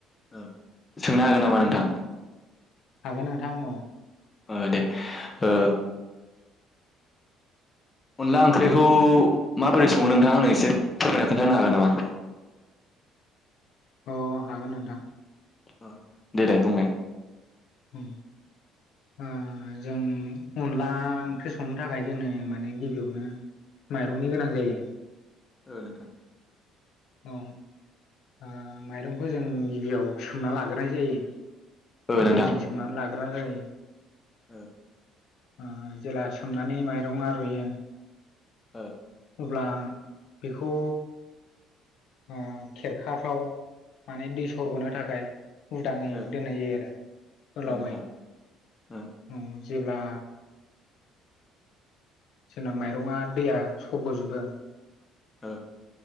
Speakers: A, on the left; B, on the left.
A: ओ सोंनो हागोन नामा नोंथां?
B: हागोन नोंथां औ।
A: ओ दे ओ अनला ओंख्रिखौ माबोरै सङो नोंथाङा आंनो एसे फोरमायना खोन्थानो हागोन नामा?
B: अ' हागोन नोंथां।
A: अ' देलाय बुंनाय?
B: उम। ओ जों अनला ओंख्रि संनो थाखाय जोंनो माने गिबियावनो माइरंनि गोनां जायो।
A: ओ नोंथां।
B: ओं आ माइरंखौ जों गिबियाव सोमना लाग्रोनाय जायो।
A: ओ नोंथां
B: दैजों सोमनानै लाग्रोना जायो।
A: ओ।
B: आ जेला सोमनानै माइरंआ रुयो।
A: ओ।
B: अब्ला बेखौ ओ खेरखाफ्राव माने दै सरग'नो थाखाय। उदाङै
A: ओ
B: दोननाय जायो आरो गोलावयै।
A: ओ नोंथां ओ
B: उम जेब्ला जोंना माइरंआ दैया सरग'जोबो।
A: ओ।